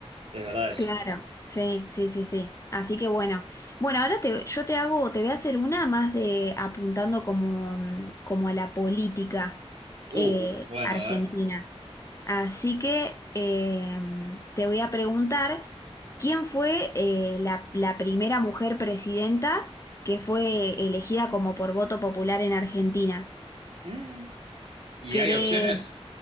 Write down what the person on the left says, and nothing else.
Claro, sí,
sí, sí, sí. Así que bueno. Bueno, ahora te, yo te hago, te voy a hacer una más de apuntando como, mm, como a la política
eh,
argentina.
Así que eh, te voy a preguntar quién fue eh, la, la primera mujer presidenta que fue elegida como por voto popular en Argentina.
¿Querés,